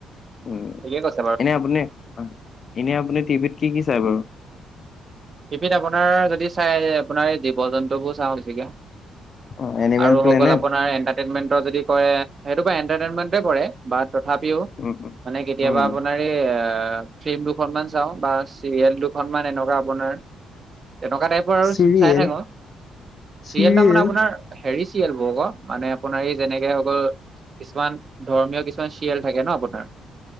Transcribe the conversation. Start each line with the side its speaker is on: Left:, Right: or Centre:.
Left: উম
Right: ঠিকে কৈছ
Left: এনে আপুনি, এনে আপুনি টিভিত কি কি চাই বাৰু?
Right: টিপিত আপোনাৰ যদি চাই, আপোনাৰ এই জীৱ জন্তুবোৰ চাওঁ বেছিকে।
Left: অ এনিমেল
Right: আৰু
Left: প্লেনেট
Right: হৈ গ'ল আপোনাৰ এন্টাৰটেনমেন্টৰ যদি কয়, সেইটোক' এন্টাৰটেনমেন্টতে পৰে। বা তথাপিও
Left: উম
Right: মানে কেতিয়াবা
Left: উম
Right: আপোনাৰ তে আ, ফিল্ম দুখনমান চাওঁ, বা চিৰিয়েল দুখনমান এনেকুৱা আপোনাৰ। তেনেকুৱা টাইপৰ আৰু
Left: চিৰিয়েল
Right: চাই থাকো, চিৰিয়েলটা
Left: চিৰিয়েল
Right: মানে আপোনাৰ হেৰি চিয়েলবোৰ আকৌ মানে আপোনাৰ এই যেনেকে হৈ গ'ল কিছুমান ধৰ্মীয় কিছুমান চিয়েল থাকে ন' আপোনাৰ।